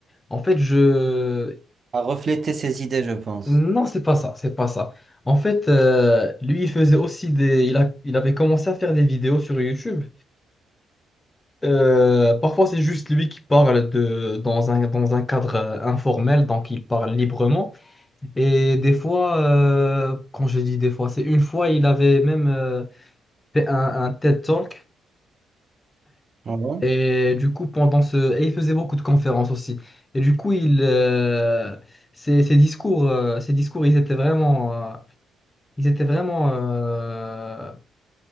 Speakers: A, on the left (about 25°); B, on the right (about 40°).
A: en fait, je...
B: à refléter ses idées, je pense.
A: Non, c'est pas ça, c'est pas ça. En fait, euh, lui, il faisait aussi des... Il a- il avait commencé à faire des vidéos sur YouTube. Euh, parfois, c'est juste lui qui parle de, dans un, dans un cadre euh, informel, donc il parle librement. Et des fois, euh, quand je dis des fois, c'est une fois, il avait même euh, fait un, un TED Talk.
B: Ouais.
A: Et du coup, pendant ce... Et il faisait beaucoup de conférences aussi. Et du coup, il, euh, ses, ses discours, euh, ses discours, ils étaient vraiment... euh, ils étaient vraiment... euh,